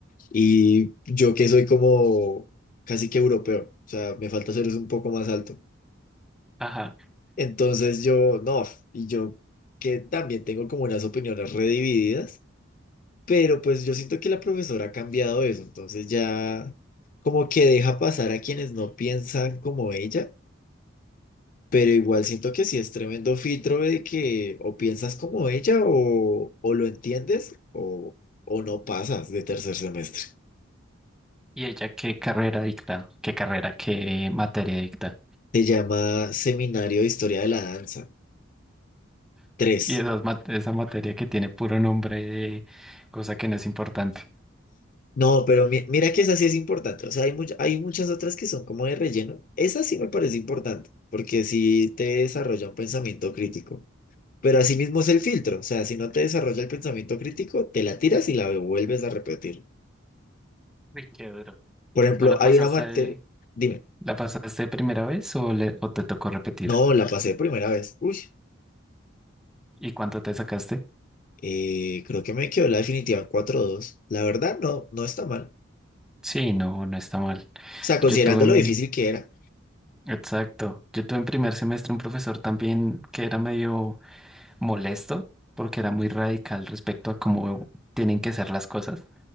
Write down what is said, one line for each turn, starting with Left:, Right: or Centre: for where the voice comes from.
Left: y yo que soy como casi que europeo, o sea, me falta ser un poco más alto.
Centre: Ajá.
Left: Entonces yo, no, y yo que también tengo como unas opiniones redivididas, pero pues yo siento que la profesora ha cambiado eso, entonces ya como que deja pasar a quienes no piensan como ella Pero igual siento que sí es tremendo filtro de que o piensas como ella o, o lo entiendes o, o no pasas de tercer semestre.
Centre: ¿Y ella qué carrera dicta? ¿Qué carrera, qué materia dicta?
Left: Se llama Seminario de Historia de la Danza. Tres.
Centre: Y esas ma- esa materia que tiene puro nombre de cosa que no es importante.
Left: No, pero mi- mira que esa sí es importante. O sea, hay, much- hay muchas otras que son como de relleno. Esa sí me parece importante porque sí te desarrolla un pensamiento crítico. Pero asimismo es el filtro. O sea, si no te desarrolla el pensamiento crítico, te la tiras y la vuelves a repetir.
Centre: Uy, qué duro.
Left: Por ejemplo,
Centre: ¿Tú la pasaste,
Left: hay una materia...
Centre: de-
Left: Dime.
Centre: la pasaste de primera vez o, le- o te tocó repetir?
Left: No, la pasé primera vez. Uy,
Centre: ¿Y cuánto te sacaste?
Left: eh, creo que me quedó la definitiva en 4-2. La verdad, no, no está mal. O
Centre: Sí, no, no está mal.
Left: sea, considerando
Centre: Yo tuve,
Left: lo difícil que era.
Centre: Exacto. Yo tuve en primer semestre un profesor también que era medio molesto porque era muy radical respecto a cómo tienen que ser las cosas,